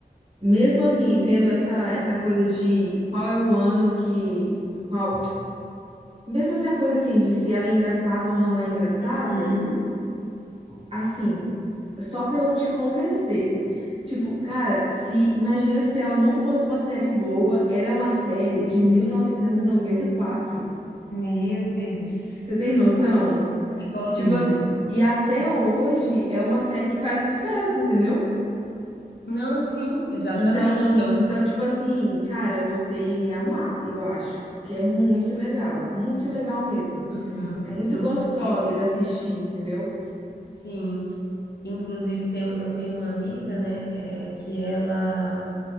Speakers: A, on the right; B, on the left.
A: mesmo assim, tendo essa, essa coisa de qual é o ano que, qual, mesmo essa coisa assim, de se ela é engraçada ou não é engraçada,
B: Uhum.
A: assim, só pra eu te convencer. Tipo, cara, se imagina se ela não fosse uma série boa, ela é uma série de mil novecentos e e noventa e quatro
B: Meu Deus.
A: Você tem noção?
B: E bolinhas.
A: Tipo assim, e até hoje é uma série que faz sucesso, entendeu?
B: Não, sim, exatamente.
A: Então,
B: Então,
A: então, tipo assim, cara, você iria amar, eu acho, porque é muito legal, muito legal mesmo.
B: uhum.
A: É muito
B: Inclusive,
A: gostosa de assistir, entendeu?
B: sim. Inclusive, tem, eu tenho uma amiga, né, é, que ela,